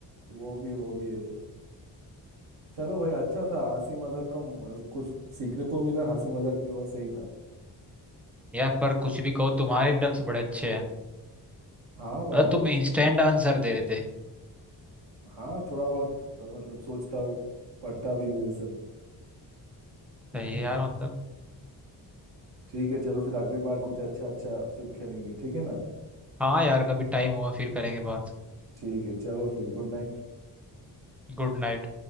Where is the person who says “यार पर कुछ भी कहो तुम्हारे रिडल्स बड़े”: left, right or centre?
Centre